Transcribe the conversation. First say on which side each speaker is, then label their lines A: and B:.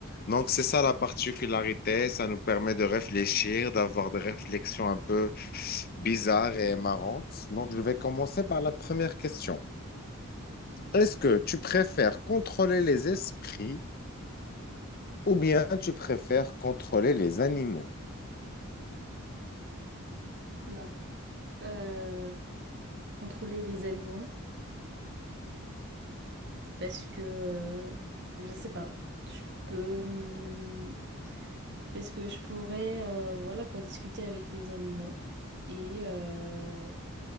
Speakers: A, on the left; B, on the right.
A: Donc, c'est ça la particularité. Ça nous permet de réfléchir, d'avoir des réflexions un peu bizarres et marrantes. Donc, je vais commencer par la première question. Est-ce que tu préfères contrôler les esprits ou bien tu préfères contrôler les animaux?
B: Oula. Euh, contrôler les animaux parce que euh, je sais pas. Je peux hum, parce que je pourrais euh, voilà quoi discuter avec les animaux et euh,